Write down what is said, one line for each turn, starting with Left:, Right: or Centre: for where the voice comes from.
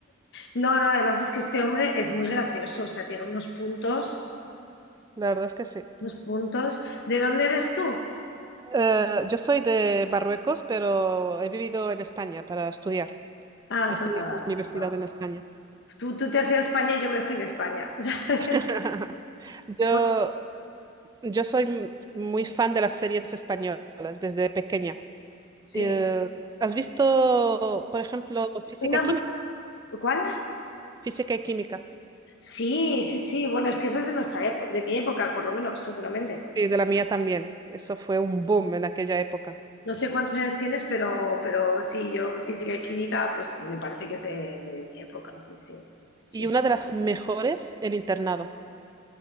Left: No, no, además es que este hombre es muy gracioso, o sea, tiene unos puntos,
Right: La verdad es que sí.
Left: unos puntos. ¿De dónde eres tú?
Right: Eh, yo soy de Marruecos, pero he vivido en España para estudiar.
Left: Ah,
Right: Estudié
Left: todas.
Right: en la universidad
Left: no.
Right: en España.
Left: Tú, tú te has ido a España y yo me fui de España, <laughs> ¿sabes?
Right: <laughs> Yo,
Left: Pues,
Right: Yo soy muy fan de las series españolas desde pequeña.
Left: Sí.
Right: Eh, ¿has visto, por ejemplo, Física
Left: Una-
Right: y Química?
Left: ¿Cuál?
Right: Física y Química.
Left: Sí, sí, sí. Bueno, es que esa es de nuestra época, de mi época, por lo menos, seguramente.
Right: Sí, de la mía también. Eso fue un boom en aquella época.
Left: No sé cuántos años tienes, pero, pero sí, yo física y química, pues me parece que es de, de mi época. Sí, sí. Sí,
Right: Y una de las mejores, El Internado.